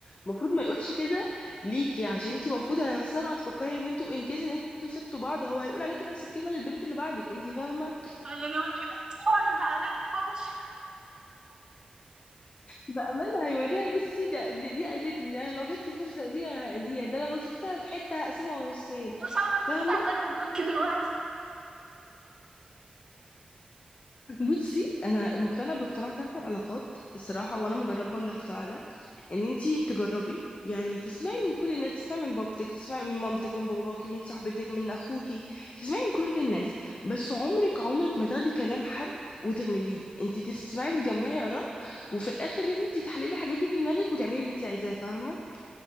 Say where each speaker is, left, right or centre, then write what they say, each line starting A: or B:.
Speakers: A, on the left; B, on the right.
A: المفروض ما يقولش كده ليكي عشان انتي المفروض اساسا هتفكري ان انتوا ان كيس ان انتوا سبتوا بعض هو هيقول عليكي نفس الكلمة للبنت اللي بعدك انتي فاهمة
B: طيب يعني مش- سوري بقى نادي تبقى مصيبه
A: بأمانة هيوريها بصي ده دي, دي اذتني ده انا لو جات لي فرصة اذيها هاذيها ده انا لو شفتها في حتة هقسمها نصين
B: بس انا
A: فاهمة
B: مش هعمل له بلوك دلوقتي
A: بصي انا مقتنعة باقتناع تام في العلاقات الصراحة وانا مجربة الاقتناع ده ان انتي تجربي يعني تسمعي من كل الناس تسمعي من بابتك تسمعي من مامتك من باباكي من صاحبتك من اخوكي تسمعي من كل الناس بس عمرك عمرك ما تاخدي كلام حد وتعمليه انتي تسمعي وتجمعي اراء وفي الاخر انتي تحللي الحاجات دي في دماغك وتعملي اللي انتي عايزاه فاهمه